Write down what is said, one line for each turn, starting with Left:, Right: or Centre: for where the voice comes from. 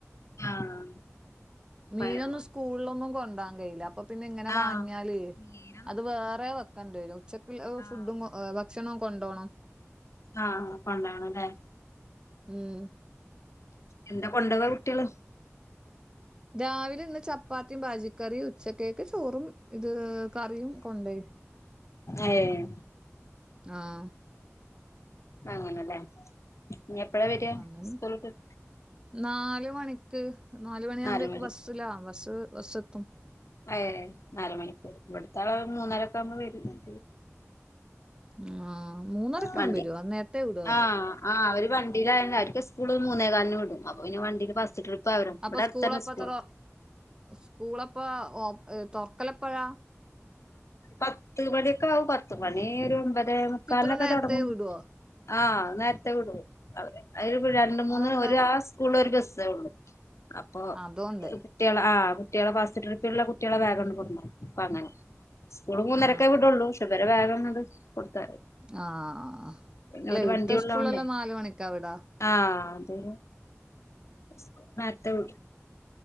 Left: ആഹ്
Right: മീനൊന്നും
Left: പയറ് കറി.
Right: സ്കൂളിലൊന്നും കൊണ്ടാൻ കഴിയില്ല. അപ്പൊ പിന്നെ ഇങ്ങനെ
Left: ആഹ്
Right: വാങ്ങിയാലേ
Left: മീനും
Right: അത് വേറെ വെക്കണ്ടെരും ഉച്ചക്കുള്ള
Left: ആഹ്
Right: ഫുഡും ഹ് ഭക്ഷണം കൊണ്ടോണം.
Left: ആഹ് കൊണ്ടൊണം ല്ലേ
Right: ഉം
Left: എന്താ കൊണ്ട് പോവ കുട്ടികള്
Right: രാവിലെ ഇന്ന് ചപ്പാത്തിയും പാജിക്കറിയും, ഉച്ചക്കേക്ക് ചോറും ഇത് കറിയും കൊണ്ട് പോയി.
Left: ഏഹ്
Right: ആഹ്
Left: അങ്ങനെല്ലേ ഇനി എപ്പഴാ വരിയാ
Right: അങ്ങനെ
Left: സ്കൂൾ വിട്ട്
Right: നാല് മണിക്ക്, നാലുമണി
Left: നാല്
Right: ആകുമ്പേഴക്ക്
Left: മണി
Right: ബസ്സിലാ ബസ് ബസ് എത്തും.
Left: ഏഹ് നാല് മണിക്കൂർ ഇവിടുത്ത ആള് മൂന്നരൊക്കെ അകുമ്പ വരും.
Right: ഉം മൂന്നരക്കെല്ലാം
Left: വണ്ടി
Right: വരോ? നേരത്തെേ വിടോ.
Left: ആഹ് ആഹ് അവര് വണ്ടിലായൊണ്ട് അവര്ക്ക് സ്കൂൾ മൂന്നേ കാലിന് വിടും അപ്പൊ വണ്ടില് ഫസ്റ്റ് ട്രിപ്പ് അവരും ഇവിടെ
Right: അപ്പൊ
Left: അടുത്തന്നെ
Right: സ്കൂള് പ്പ
Left: സ്കൂൾ
Right: എത്ര സ്കൂളപ്പ തൊറക്കലപ്പഴാ
Left: പത്ത് മണിയൊക്കെ ആകും. പത്ത് മണി ഒരു ഒൻമ്പത് മുക്കാലിനൊക്കെ
Right: ഇത്ര നേരത്തെ
Left: തുടങ്ങും.
Right: വിടുവോ
Left: ആഹ് നേരത്തെ വിടും അവ അ രണ്ട് മൂന്ന്
Right: അതെന്താ
Left: ഒരു ആ സ്കൂള് ഒരു ബസേ ഉള്ളു. അപ്പൊ
Right: അതോണ്ട്
Left: കുട്ടികള് ആ കുട്ടികളെ ബസ് ട്രിപ്പുള്ള കുട്ടികളെ വേഗം ടുക്കും അപ്പ അങ്ങനെ സ്കൂള് മൂന്നരക്കേ
Right: ആ
Left: വിടുള്ളൂ. പഷേ വരെ വേഗംങ്ങട് കൊടുത്ത
Right: ആഹ് ആഹ്
Left: പിന്നെ
Right: അല്ല
Left: ഒരു വണ്ടി
Right: ഇത്തെ
Left: ഉള്ളോണ്ടേ
Right: സ്കൂളല്ലാം നാല് മണിക്കാ വിടാ.
Left: ആഹ് അതെ സ് നേരത്തെ വിടും